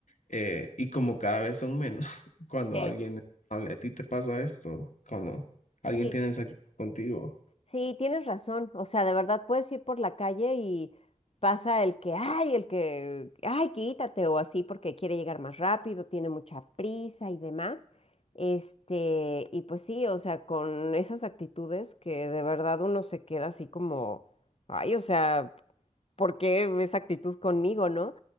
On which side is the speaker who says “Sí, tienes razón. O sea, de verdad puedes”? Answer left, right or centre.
Left